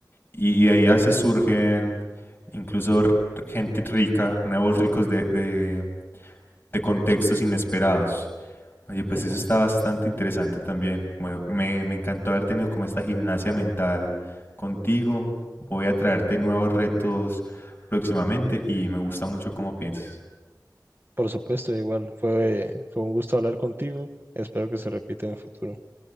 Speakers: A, on the left; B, on the right.
A: y, y de ahí a veces surgen incluso r- gente rica, nuevos ricos de, de, de contextos inesperados. Oye, pues
B: Ujú.
A: eso está bastante interesante también. Bueno, me, me encantó haber tenido como esta gimnasia mental contigo. Voy a traerte nuevos retos próximamente y me gusta mucho cómo piensas.
B: Por supuesto, igual. Fue, fue un gusto hablar contigo. Espero que se repita en el futuro.